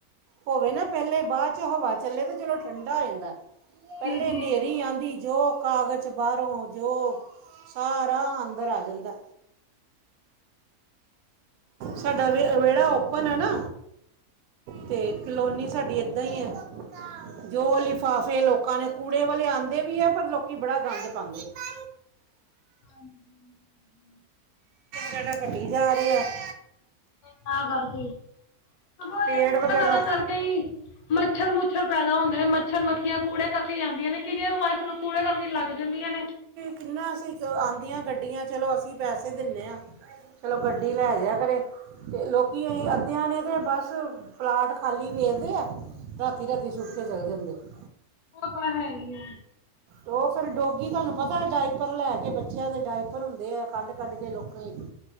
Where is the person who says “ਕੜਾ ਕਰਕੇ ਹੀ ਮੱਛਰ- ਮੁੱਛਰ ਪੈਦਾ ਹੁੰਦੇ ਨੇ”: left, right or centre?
Left